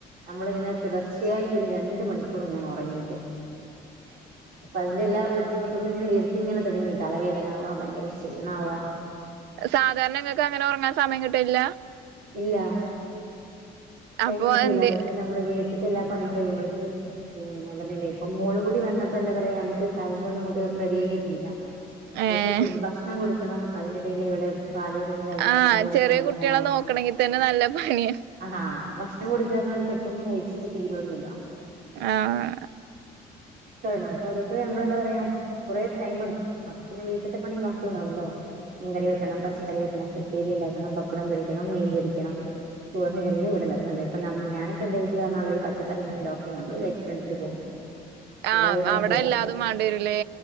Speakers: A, on the right; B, on the right.
A: നമ്മളിങ്ങനെ തുടർച്ചയായിട്ട് ഒരു രണ്ട് മണിക്കൂർ ഞാൻ ഉറങ്ങീട്ട് അപ്പൊ അതിന്റെ എല്ലാ ബുദ്ധിമുട്ടുകളും ഇങ്ങനെ വരു- ഇങ്ങനെ തുടങ്ങി തലവേദന ആവാ ഭയങ്കര ക്ഷീണാവാ
B: സാധാരണങ്ങൾക്ക് അങ്ങനെ ഉറങ്ങാൻ സമയം കിടട്ടില്ല
A: ഇല്ല ടൈമുട്ടല്ല
B: അപ്പൊ എന്ത്
A: ഇപ്പൊ നമ്മള് വീ- ത്ത്ട്ടെല്ലാ പണിയും കയ്യുമ്പളേക്ക് പിന്നെ ഞാൻ പറഞ്ഞില്ലേ ഇപ്പം മോളും കൂടി വന്നപ്പോ എന്താ പറയാ നമുക്ക് ടൈം ഒന്നും അങ്ങോട്ട്‌ റെഡി ആയി കിട്ടുന്നില്ല
B: ഏഹ്
A: ഇവക്ക് ഫു ഭക്ഷണം കൊടുക്കണം അതിനിടയിൽ ഇവള് പാല് കുടുക്കാൻ കഴിഞ്ഞാൽ
B: ആഹ്
A: പാല് കുടിക്കാൻ
B: ചെറിയ
A: വേണ്ടി
B: കുട്ടികളെ
A: പോണം
B: നോക്കണെങ്കി തന്നെ നല്ല പണിയാ
A: ആഹാ ഭക്ഷണം കൊടുക്കാ എന്നാല് പെട്ടെന്ന് കഴിച്ചിട്ട് തീരമൊന്നുമില്ല
B: ആഹ്
A: കണം അപ്പൊ അതൊക്കെ നമ്മളെന്താ പറയാ കൊറെ ടൈം എടുക്കും പിന്നെ വീട്ടത്തെ പണി ബാക്കി ഉണ്ടാവല്ലോ മീൻ കറി വെക്കണം പച്ചക്കറി വെക്കണം ഉപ്പേരി ഉണ്ടാക്കണം പപ്പടം പൊരിക്കണം മീൻ പൊരിക്കണം ചോറിന് ഇതെല്ലാം ഇവിടെ അപ്പ നമ്മ ഞാനൊക്ക എന്റെ വീട്ടില് പറഞ്ഞാല് ഒരു പച്ചക്കറി എന്തങ്കിലോ ഒക്കെ നമ്മള് കഴിച്ചിട്ട് എണിറ്റ് പോകും ഇവിടെ
B: ആഹ്
A: അതൊന്നും
B: അവിടെ
A: പറ്റൂല്ല
B: എല്ലാതും മണ്ടേരില്ലേ